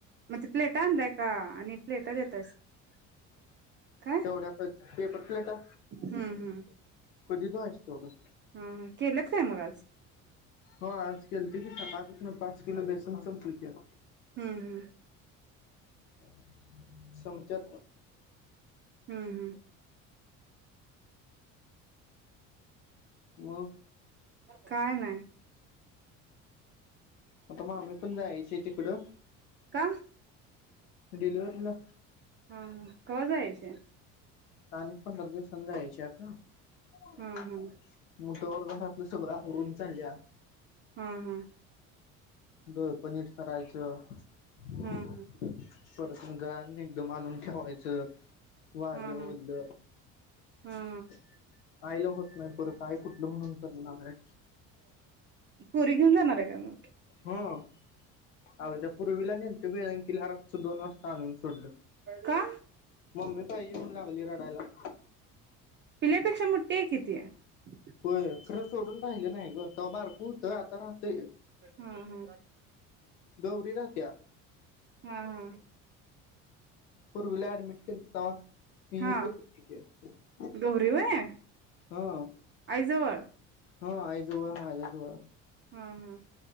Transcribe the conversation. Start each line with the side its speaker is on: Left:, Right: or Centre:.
Right: मजे प्लेटा आणलाय का आणि प्लेटा देतायसा काय
Left: तेवढ्या कधी पेपर प्लेटा
Right: हम्म हम्
Left: कधी धुयायचे तेवढं?
Right: हा ह केलंत काय मग आज?
Left: हो आज केल ते की <unintelligible> पाच किलो बेसन समपले की -
Right: हम्म हम्म.
Left: <inaudible> सम्पत्यात.
Right: हं हूं
Left: मग?
Right: काय नाही?
Left: आता मामी पण जायचीय तिकडं
Right: का?
Left: डिलेव्हरीला
Right: हा हा कवा जायचय?
Left: आधी पंधरा दिवसांनी जायचे आता -
Right: हा हा
Left: मोठा वर्ग घातलं <unintelligible>
Right: हा हा.
Left: दूध, पनीर करायचे- अच्
Right: हा हा
Left: परत <unintelligible> एकदम आणून ठेवायचं- वायल
Right: हा
Left: वईल
Right: हा
Left: -
Right: हा
Left: आईला होत नाही परत आई कुठं- म्हणून करणार आहे.
Right: पोरी घेऊन जाणार आहे का म?
Left: हो, आहो त्या, पूर्वीला, नेलत- <unintelligible> घरात दोन - आणून सोडल.
Right: का
Left: मम्मी पाहिलं आणि म लागली रडायला.
Right: अपेक्षा मोठ्ठी आहे कीती -
Left: होय, घर सोडून राहिलं नाही ग, तेव्हा बारकं होतं आता काय
Right: हा
Left: - <unintelligible> गौरी राहत्या.
Right: हा हा.
Left: पूर्वीला ऍडमिट केलं होत तेव्हा मी
Right: हा
Left: इथेच होते
Right: गौरी
Left: -
Right: व्हय
Left: हा.
Right: आईजवळ
Left: होय- आईजवळ आईजवळ-
Right: हा हा.